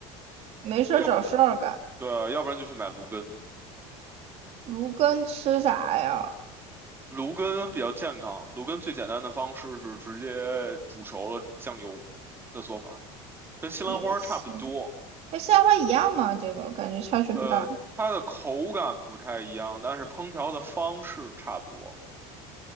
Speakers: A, on the right; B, on the right.
A: 没事儿找事儿干。
B: 要对啊，要不然就去买芦根。
A: 芦根吃啥呀？
B: 芦根比较健康，芦根最简单的方式是直接煮熟了酱油的做法，跟西兰花差不多。
A: 也行，和西兰花一样嘛，这个感觉差距不大。
B: 呃，它的口感不太一样，但是烹调的方式差不多。